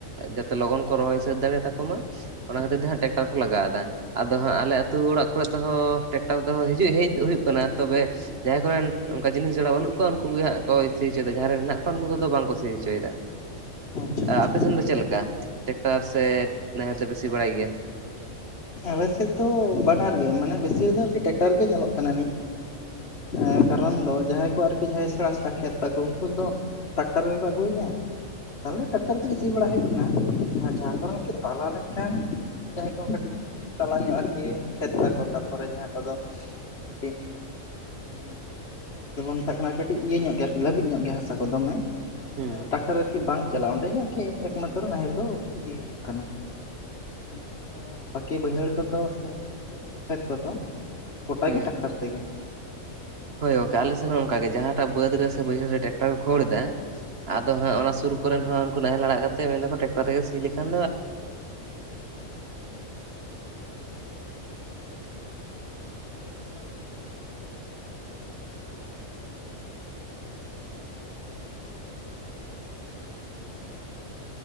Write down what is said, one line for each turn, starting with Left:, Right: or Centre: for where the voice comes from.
Right: ᱡᱟᱛᱮ ᱞᱚᱜᱚᱱ ᱠᱚ ᱨᱚᱦᱚᱭ ᱥᱟᱹᱛ ᱫᱟᱲᱮ ᱛᱟᱠᱚ ᱢᱟ ᱾ ᱚᱱᱟ ᱠᱷᱟᱹᱛᱤᱨ
Left: ᱦᱮᱸ
Right: ᱛᱮ ᱦᱟᱸᱜ ᱴᱮᱠᱴᱟᱨ ᱠᱚ ᱞᱟᱜᱟᱣ ᱮᱫᱟ ᱟᱫᱚ ᱦᱟᱸᱜ ᱟᱞᱮ ᱟᱹᱛᱩ ᱚᱲᱟᱜ ᱠᱚᱨᱮ ᱫᱚ ᱴᱮᱠᱴᱟᱨ ᱫᱚ ᱦᱤᱡᱩᱜ ᱦᱮᱡ ᱦᱩᱭᱩᱜ ᱠᱟᱱᱟ ᱛᱚᱵᱮ
Left: ᱦᱩᱸ
Right: ᱡᱟᱦᱟᱸᱭ
Left: ᱦᱩᱸ
Right: ᱠᱚᱨᱮᱱ ᱚᱱᱠᱟ ᱡᱤᱱᱤᱥ ᱡᱚᱲᱟ ᱵᱟᱹᱱᱩᱜ ᱠᱚᱣᱟ ᱩᱱᱠᱩ ᱜᱮ ᱦᱟᱸᱜ ᱠᱚ ᱥᱤ ᱦᱚᱪᱚᱭ ᱫᱟ ᱡᱟᱦᱟᱸᱭ ᱨᱮᱱ ᱦᱮᱱᱟᱜ ᱠᱚᱣᱟ ᱩᱱᱠᱩ ᱠᱚᱫᱚ ᱵᱟᱝ ᱠᱚ ᱥᱤ ᱦᱚᱪᱚᱭ ᱫᱟ ᱾
Left: ᱟᱪᱪᱷᱟ ᱟᱪᱪᱷᱟ
Right: ᱟ-ᱟᱯᱮ ᱥᱮᱱ ᱫᱚ ᱪᱮᱞᱠᱟ ᱴᱮᱠᱴᱟᱨ ᱥᱮ ᱱᱟᱦᱮᱞ ᱛᱮᱯᱮ ᱥᱤ ᱵᱟᱲᱟᱭ ᱜᱮᱭᱟ ᱾
Left: ᱟᱞᱮ ᱥᱮᱫ ᱫᱚ ᱵᱟᱱᱟᱨ ᱜᱮ ᱢᱟᱱᱮ ᱵᱮᱥᱤᱨ ᱫᱚ ᱟᱨᱠᱤ ᱴᱮᱠᱴᱟᱨ ᱜᱮ ᱧᱮᱞᱚᱜ ᱠᱟᱱᱟ ᱱᱤᱡ ᱟ-ᱠᱟᱨᱚᱱ
Right: ᱟᱪᱪᱷᱟ
Left: ᱫᱚ ᱡᱟᱦᱟᱸᱭ ᱠᱚ ᱟᱨ ᱡᱟᱦᱟᱸᱭ ᱥᱮᱬᱟ ᱥᱮᱬᱟ ᱠᱷᱮᱛ ᱛᱟᱠᱚ ᱩᱱᱠᱩ ᱫᱚ ᱴᱟᱠᱴᱟᱨ ᱜᱮᱠᱚ ᱟᱹᱜᱩᱭᱮᱜ-ᱟ ᱾ ᱛᱟᱦᱞᱮ ᱴᱟᱠᱴᱟᱨ
Right: ᱟᱪᱪᱷᱟ
Left: ᱛᱮᱜᱮ ᱥᱤ ᱵᱟᱲᱟ ᱦᱩᱭᱩᱜ ᱠᱟᱱᱟ ᱟᱨ ᱡᱟᱦᱟᱸ ᱠᱟᱨᱮ ᱠᱟᱹᱡ ᱛᱟᱞᱟ ᱞᱮ ᱠᱷᱟᱱ ᱡᱟᱦᱟᱸᱭ ᱠᱚ ᱠᱟᱹᱴᱤᱡ ᱛᱟᱞᱟ ᱧᱚᱜ ᱟᱨᱠᱤ ᱠᱷᱮᱛ ᱛᱟᱠᱚ ᱛᱟᱨᱯᱚᱨᱮ ᱡᱟᱦᱟᱸ ᱠᱚᱫᱚ <unintelligible> ᱡᱟᱦᱟᱸ ᱫᱚᱵᱚᱱ ᱢᱮᱛᱟᱜ ᱠᱟᱱᱟ ᱠᱟᱹᱴᱤᱡ ᱤᱭᱟᱹ ᱧᱚᱜ ᱜᱮ ᱟᱨᱠᱤ ᱞᱟᱹᱵᱤᱫ ᱧᱚᱜ ᱜᱮᱭᱟ ᱦᱟᱥᱟ ᱠᱚ ᱫᱚᱢᱮ ᱾
Right: ᱦᱩᱸ
Left: ᱴᱟᱠᱴᱟᱨ ᱟᱨᱠᱤ ᱵᱟᱝ ᱪᱟᱞᱟᱜ-ᱟ ᱚᱸᱰᱮ ᱜᱮ ᱟᱨᱠᱤ ᱮᱠᱢᱟᱛᱨᱚ ᱱᱟᱦᱮᱞ ᱫᱚ ᱤᱫᱤ ᱦᱩᱭᱩᱜ ᱠᱟᱱᱟ ᱾ ᱵᱟᱝ ᱠᱷᱟᱱ ᱫᱚ ᱵᱟᱹᱠᱤ ᱵᱟᱹᱭᱦᱟᱹᱲ ᱠᱚᱫᱚ ᱥᱮ ᱜᱷᱩᱴᱩ ᱠᱷᱮᱛ ᱠᱚᱫᱚ ᱜᱚᱴᱟ
Right: ᱦᱩᱸ
Left: ᱜᱮ ᱴᱟᱠᱴᱟᱨ ᱛᱮᱜᱮ ᱾
Right: ᱦᱳᱭ ᱜᱚᱝᱠᱮ ᱟᱞᱮᱥᱮᱱ ᱦᱚᱸ ᱚᱱᱠᱟ ᱜᱮ ᱡᱟᱦᱟᱸᱴᱟᱜ ᱵᱟᱹᱫᱽ ᱨᱮ ᱥᱮ ᱵᱟᱹᱭᱦᱟᱹᱲ ᱨᱮ ᱴᱟᱠᱴᱟᱨ ᱠᱚ ᱠᱷᱳᱲ ᱮᱫᱟ ᱾
Left: ᱦᱮᱸ
Right: ᱟᱫᱚ ᱦᱟᱸᱜ ᱚᱱᱟ ᱥᱩᱨ ᱠᱚᱨᱮᱱ ᱦᱚᱸ ᱩᱱᱠᱩ ᱱᱟᱦᱮᱞ ᱟᱲᱟᱜ ᱠᱟᱛᱮ ᱢᱮᱱᱫᱟ ᱠᱚ ᱴᱮᱠᱴᱟᱨ ᱛᱮᱜᱮ ᱥᱤ ᱞᱮᱠᱷᱟᱱ ᱫᱚ
Left: ᱜᱚᱝᱠᱮ ᱨᱚᱲ ᱵᱟᱝ ᱟᱸᱡᱚᱢᱚᱜ ᱠᱟᱱ ᱛᱟᱹᱵᱤᱱ ᱫᱚ ᱾